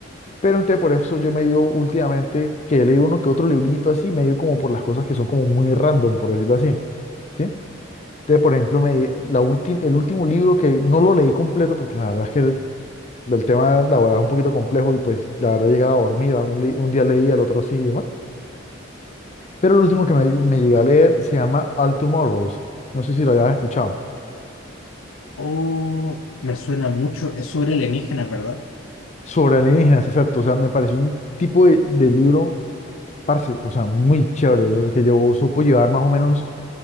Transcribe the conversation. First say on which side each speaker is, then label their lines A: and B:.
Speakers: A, on the left (about 35°); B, on the left (about 75°).
A: Pero entonces por eso yo me dio últimamente, que he leído uno que otro librito así, me dio como por las cosas que son como muy random, por decirlo así, ¿sí? Entonces, por ejemplo, me, la ultim- el último libro que no lo leí completo porque la verdad es que el, el tema laboral es un poquito complejo y pues la verdad llegaba a dormir, a un, li- un día leí, al otro sí y demás pero el último que me, me llegué a leer se llama All Tomorrows. No sé si lo habías escuchado.
B: Oh, me suena mucho. Es sobre alienígenas, ¿verdad?
A: Sobre alienígenas, exacto. O sea, me pareció un tipo de, de libro, parce, o sea, muy chévere, lo que yo supo llevar más o menos